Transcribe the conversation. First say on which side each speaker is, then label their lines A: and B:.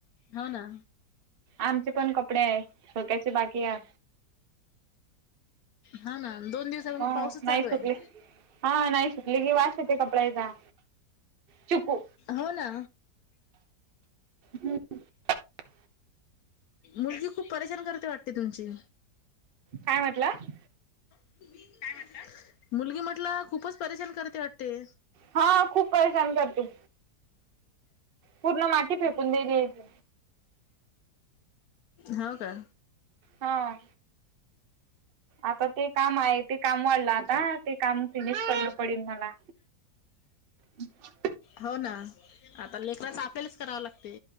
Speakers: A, on the left; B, on the right.
A: हो ना.
B: आमचे पण कपडे आहे धोक्याची बाकी आहे.
A: हा ना दोन दिवसापासून
B: ह
A: पाऊसच
B: नाही
A: चालू आहे
B: सुकले हा नाही सुकले की वास येते कपड्याचा चुकू
A: हो ना
B: हम्म <unintelligible>
A: मुलगी खूप परेशान करते वाटते तुमची
B: काय म्हटलं?
A: काय म्हणता मुलगी म्हटला खूपच परेशान करते वाटते.
B: हा खूप परेशान करते. पूर्ण माती फेकून दिली आहे ती.
A: होव का?
B: हा. आता ते काम आहे ते काम वाढलं आता ते काम फिनिश करन पडेल मला. हम् <unintelligible>
A: हो ना आता लेकराच आपल्यालाच कराव लागते.